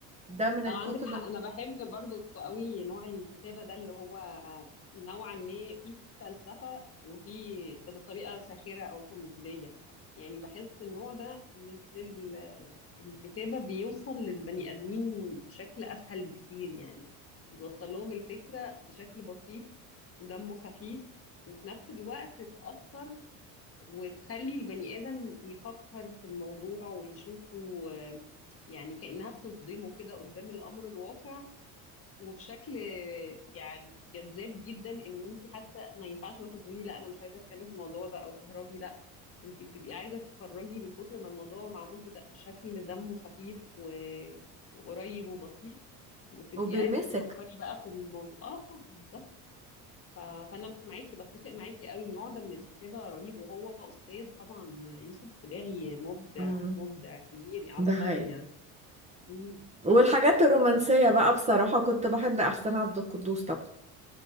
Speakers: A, on the right; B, on the left.
A: ده من الكتب
B: اه عندك حق
A: ال-
B: انا بحب برضو قوي نوع الكتابة ده اللي هو نوعا ما فيه فلسفة وفيه بس بطريقة ساخرة او كوميدية يعني بحس النوع ده من ال- الكتابة بيوصل للبني ادمين بشكل اسهل بكتير يعني بيوصل لهم الفكرة بشكل بسيط ودمه خفيف وفي نفس الوقت تأثر وتخلي البني آدم يفكر في الموضوع ويشوفه آه، يعني كأنها بتصدمه كده قدام الأمر الواقع وبشكل آه، يعني جذاب جدا إن أنت حتى ما ينفعش مثلا تقولي لا أنا مش عايزة أتكلم في الموضوع ده أو تهربي لا أنت بتبقي عايزة تتفرجي من كتر ما الموضوع معمول بد- بشكل دمه خفيف و... وقريب وبسيط وتبقي
A: وبيلمسك
B: عايزة تفكري بقى في الموضوع اه بالظبط ف- فانا معاكي بتفق معاكي قوي النوع ده من الكتابه رهيب وهو استاذ طبعا يوسف السباعي مبدع
A: امم
B: مبدع كبير عبقري
A: ده حقيقي
B: يعني مم.
A: والحاجات الرومانسية
B: ف
A: بقى بصراحة كنت بحب أحسن عبد القدوس طبعا